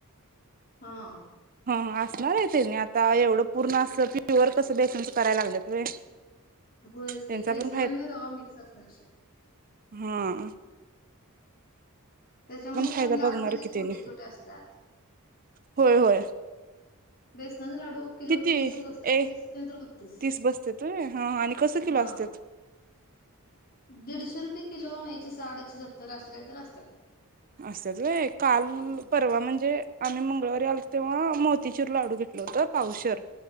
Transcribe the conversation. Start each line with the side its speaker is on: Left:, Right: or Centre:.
Left: हा.
Right: हा असणार आहे ते ज्ञात. त्या एवढं पूर्ण अस प्युअर कसं बेसनचं करायला लागल्यात व्हय.
Left: होयच
Right: त्यांचा
Left: की बेसण
Right: पण
Left: आणि रवा मिक्स <unintelligible> चणारस
Right: हम्म.
Left: त्याच्यामध्ये
Right: फायदा
Left: अन लाडू
Right: बघणार
Left: किती
Right: कि
Left: छोटे
Right: त्याने
Left: छोटे असतात
Right: होय होय
Left: बेसनाचे लाडू किलो
Right: किती
Left: तीसच बसतात
Right: एक
Left: तीस नाही तर बत्तीस
Right: तीस बसत्यात व्हय हा आणि कसं किलो
Left: हा.
Right: असत्यात?
Left: दीडशे रुपये किलो एकशे साठ एकशे सत्तर असे काही तर असतात.
Right: असंच व्हय काल
Left: हा.
Right: परवा म्हणजे आम्ही मंगळवारी आलत. तेव्हा मोतीचूर लाडू घेतलं होत पावशेर